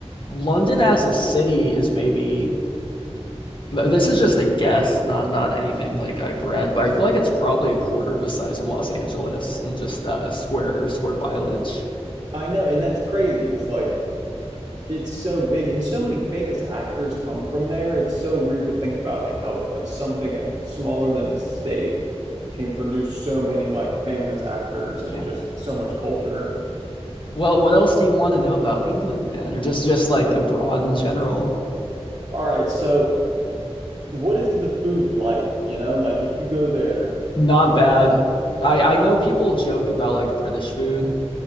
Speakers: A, on the left; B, on the right.
A: London as a city is maybe, th- this is just a guess, not not anything like I've read, but I feel like it's probably a quarter of the size of Los Angeles and just uh, square square mileage.
B: I know, and that's crazy because like it's so big, and so many famous actors come from there. It's so weird to think about like how uh, something at, smaller than a state can produce so many like famous actors and
A: Yeah.
B: just so much culture.
A: Well, what else do you want to know about England, man? Or just just like abroad in general?
B: All right, so what is the food like? You know, like if you go there
A: Not
B: and
A: bad.
B: get like,
A: I I know people joke about like British food,